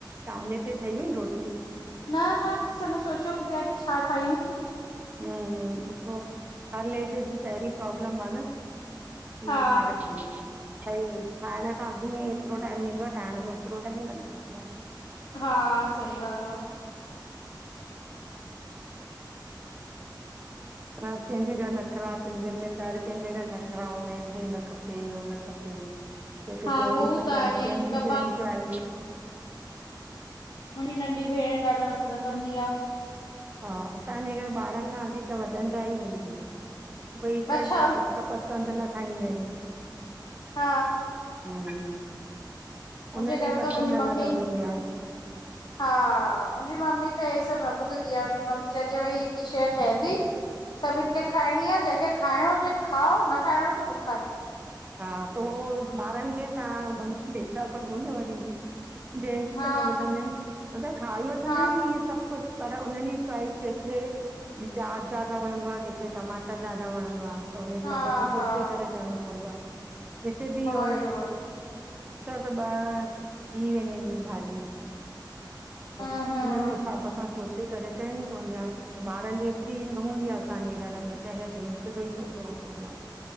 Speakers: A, on the right; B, on the left.
A: तहांॼे हिते ठही वई रोटी?
B: न न ॿस अंञां सोचउं प्या कि छा ठायूं?
A: हुं हुं उहो हर लेडीज़ ॼी पहिरी प्रोब्लम आ न। ठ <unintelligible>
B: हा
A: ठाक ठही वई, ठाहिण खां अॻु में एतिरो टाइम वेंदो आ, ठाहिण में ओतिरो टाइमं न इंदो आ।
B: हा, सही ॻाल्हि आ।
A: हर कैंॼे घर नख़रा, सिंधियुनि में त हर कैंॼे घर नखरा हुंदा आइन, हे न खपे, हो न खपे। कंहिंखे
B: हा
A: कहिड़ी
B: हू
A: पसंद,
B: त आहे
A: कंहिंॼी
B: जेका
A: कहिड़ी च्वाइॼ।
B: मुंॼी नंढी भेंण ॾाढा नखरा कंदी आ।
A: हा असांॼे घर ॿारनि खां वधीक वॾनि ॼा ही हुंदा इन। उव्ई, हिक
B: अच्छा
A: हिक पसंद न खाईंदा आइन।
B: हा
A: हम्म,
B: मुंहिंजे
A: उन्हन
B: घर
A: ॼी
B: में
A: पसंद
B: त मुंहिंजी
A: अलॻि
B: मम्मी
A: अलॻि हुंदी आ।
B: हा मुंजी मम्मी त हे सभु न ॿुधदी आ, मुंजी मम्मी चवंदी आ भई हिकु इ शै ठहंदी।
A: <inaudible>
B: सभिन खे खांइंणी आ, जंहिंखे खांइंणो हुॼे खाओ न खाइंणों हुॼे बुक्खा रहे।
A: हा तो उहो ॿारनि खे तहां धमकी ॾई ता सघो न वरी ॿि। ॼेन्ट्स
B: हा
A: त न ॿुधंदाइन न, मतलब खाई वठन्दा
B: हा
A: इन इएं सब कुछु पर उन्हनि ई चॉइस ते थे। प्याज ज्यादा वणंदो आ, कैंखे टमाटर ज्यादा वणंदो आ। त उन्हें हिसाब
B: हा
A: सां
B: हा
A: सोचे करे करणों पअंदो आ। हिते ॿि
B: उहोई
A: अ
B: उहोई
A: अक्सर त ॿ थी वेंदियूं आइन भाॼियूं। पो
B: हम्म हम्म
A: उननि ॼे हिसाब सां सोचे करे ठाएंणी पअंदी आ। त ॿारनि जी एतिरी न हुंदी आ असांॼे घर में, असांॼे घर जेेंट्स ॼो ई सोचणों पवंदो आ।